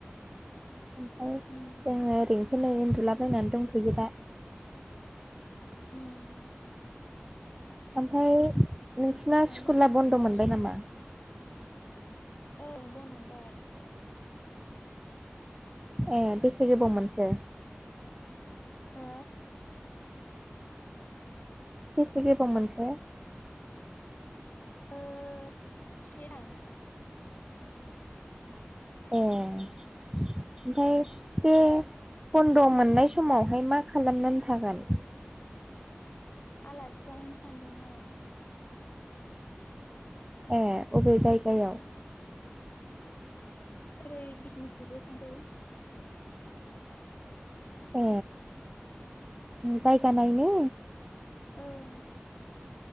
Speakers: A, on the right (about 15°); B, on the left (about 40°).
A: ओमफ्राय
B: उम
A: जोङो ओरैनोसो खै उन्दुलाबायनानै दंफयो दा
B: उम
A: ओमफ्राय नोंसना
B: आंबो
A: स्कुला
B: नै
A: बन्द
B: उन्दुनासो
A: मोनबाय
B: दं
A: नामा?
B: ओं बन हरबाय
A: ए बेसे गोबावमोनसो
B: हा
A: बेसे गोबाव मोनसाया
B: आ से दान
A: ए ओमफ्राय बे बन्द मोननाय समावहाय मा खालामनानै थागोन।
B: आलासि जाहैनो सानदोंमोन।
A: ए अबे जायगायाव
B: ओरै बिजनिखैजाय थांसै
A: अ गायख न ने
B: ओं